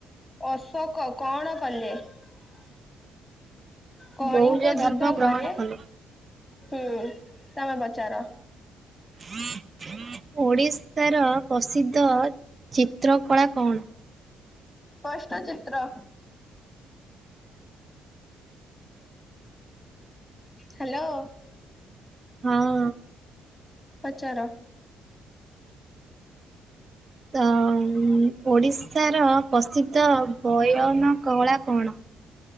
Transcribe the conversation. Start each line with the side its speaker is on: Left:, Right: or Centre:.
Centre: ଅଶୋକ କଣ କଲେ? କଲେ?
Right: <inaudible>
Centre: କଳିଙ୍ଗ
Right: ବୌଦ୍ଧ ଧର୍ମ
Centre: ଯୁଦ୍ଧ
Right: ଗ୍ରହଣ
Centre: ପରେ
Right: କଲେ।
Centre: ହୁଁ ତମେ ପଚାର।
Right: ହୁଁ। ଓଡ଼ିଶାର ପ୍ରସିଦ୍ଧ ଚିତ୍ରକଳା କଣ?
Centre: ସ୍ପଷ୍ଟ ଚିତ୍ର। ହ୍ୟାଲୋ।
Right: ହଁ।
Centre: ପଚାର।
Right: ତ ଓଡ଼ିଶାର ପ୍ରସିଦ୍ଧ ବୟନକଳା କଣ?